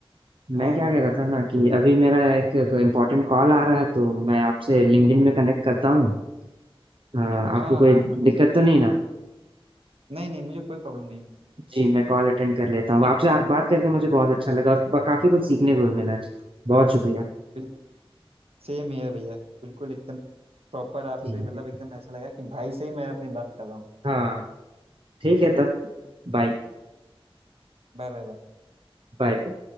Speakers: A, on the right; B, on the right.
A: हाँ
B: मैं क्या
A: हाँ
B: कह
A: भैया
B: रहा था ना कि अभी मेरा एक इम्पोर्टेंट कॉल आ रहा है तो मैं आपसे लिंक्डइन में कनेक्ट करता हूँ अ, आपको
A: हाँ
B: कोई
A: हाँ हाँ
B: दिक्कत तो नहीं ना
A: नहीं नहीं मुझे कोई प्रॉब्लम नहीं हुई
B: जी मैं कॉल अटेंड कर लेता हूँ आपसे बात करके मुझे बहुत अच्छा लगा और प- काफी कुछ सीखने को भी मिला जी बहुत शुक्रिया
A: बिल्कुल सेम है भैया बिल्कुल एकदम प्रॉपर आपसे
B: ठीक
A: मतलब
B: है
A: एकदम ऐसा लगा कि भाई से ही मैं अपनी बात कर रहा हूँ
B: हाँ ठीक है तब बाय
A: Bye bye bye
B: बाय